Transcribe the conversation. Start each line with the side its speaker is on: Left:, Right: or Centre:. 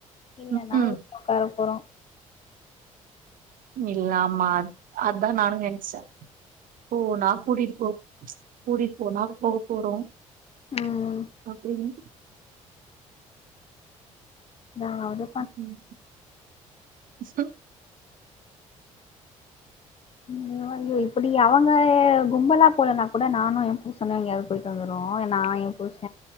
Left: இல்லன்னா
Right: ம்ஹும்
Left: கார போறோ
Right: இல்ல ஆமா அது அதா நானு நெனச்சே ஓ நா கூட்டிட் போ கூடிட் போனா போக போறோ
Left: ம்
Right: அப்டின்னு
Left: நானு
Right: ம் சோ
Left: ம் ஐயோ இப்படி அவங்க கும்பலா போகலன்னா கூட நானு எ புருஷன்னு எ எங்கேயாவது போயிட்டு வந்துற்றோ நா எ புர்ச